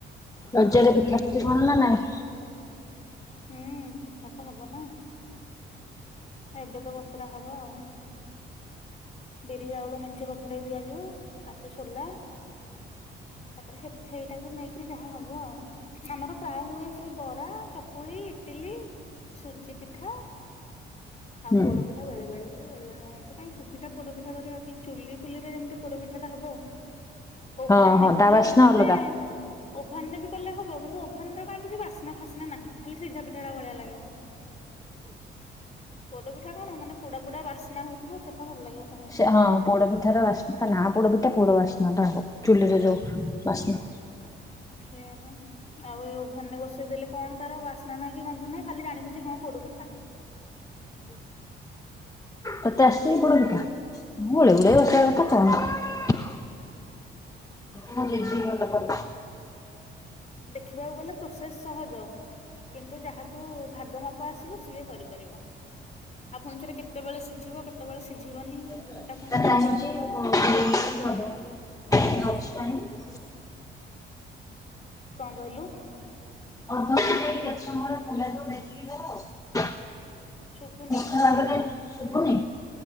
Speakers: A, on the left; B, on the left.
A: ରଜରେ ପିଠା ପିଠ ଭଲ ନା ନାଇଁ।
B: ହୁଁ ପିଠା ତ ହବ ନା ଏବେ ତ ବତୁରା ହବ ଆଉ ବିରି ଚାଉଳ ମେଞ୍ଚ ପତର ଦିଆଯିବ ତାପରେ ସୋଲା ତାପରେ ସେଇଟାକୁ ନେଇକରି ଯାହା ହବ ଆଉ ଆମର ପ୍ରାୟ ହୁଏ ସେ ବରା ଚ ଚକୁଳି ଇଟିଲି ସୁଜି ପିଠା। ଆଉ
A: ହୁଁ
B: ପୋଡ ପିଠା ବେଳେ ବଳେ। ହୁ ବେଳେ ବଳେ ନାହିଁ ଏ କାଇଁ ସୁବିଧା ପୋଡପିଠା କରିବା ପାଇଁ ଚୁଲି ଫୁଲିରେଯେମତି ପୋପିଠାଟା ହବ। ଓଭାନେ
A: ହଁ ହଁ
B: ବି
A: ତା
B: କଲେ
A: ବାସ୍ନା
B: ହବ
A: ଅଲଗା।
B: ଯେ ଓଭାନରେ ବି କଲେ ହବ କିନ୍ତୁ ଓଭାନର କାଇଁ କିଛି ବାସ୍ନା ଫାସ୍ନା ନାହିଁ। ଖାଲି ସିଝା ପିଠାଟା ଭଳିଆ ଲାଗିବ ପୋଡ଼ପିଠା କଣ ମାନେ ପୋଡା ପୋଡା ବାସ୍ନା ହଉଥିବ ସେଇଟା ଭଲ ଲାଗିବ। ଖାଇବା ପାଇଁ
A: ସେ ହଁ ପୋଡପିଠ ର ବାସ ତ ନା ପୋଡପିଠା ପୋଡ ବାସନା ହଉ। ଚୁଲିରେ ଯାଉ ବାସନା।
B: ସେ ଆଉ ଏ ଓଭେନରେ ବସେଇ ଦେେଲେ କଣ ତାର ବାସ୍ନା ନାହିଁ କି ଗନ୍ଧ ନାହିଁ ଖାଲି ଜାଣିବୁ ଯେ ହଁ ପୋଡ ପିଠା
A: ତତେ ଆସୁଚିକି ପୋଡପିଠା ମୁଁ ଗଳି ଗଳିଇ
B: ନା
A: ବସେଇବା
B: ମ
A: କଥା କଣ ମୁଁ ଜେଜିି ଭଲ କର
B: ଦେଖିବାକୁ ଗଲେ ପ୍ରୋସେସ ସହଜ କିନ୍ତୁ ଯାହାକୁ ଭାଗ ମାପ ଆସିବ ସିଏ କରିପାରିବ ଆପଣ ଥରେ କେତେବେଳେ ସିଝିବ କେତେବେଳେ ସିଝିବନି
A: <unintelligible>
B: ସେଟା ପୁଣି ତ ଦେଖିବାକୁ ପଡିବ ନା। କଣ କହିଲୁ
A: ଆଉ କେତେ ସମୟରେ <unintelligible> ଦେଖିକି ଯବ ଆଉ
B: ଶୁଭୁନି
A: <unintelligible> ଶୁଭୁନି